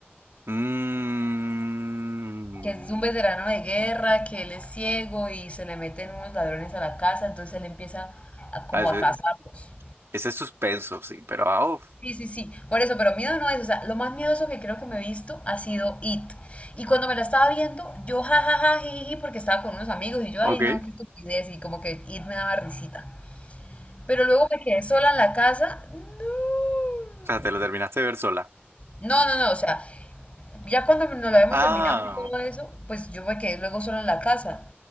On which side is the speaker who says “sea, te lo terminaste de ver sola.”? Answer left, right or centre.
Right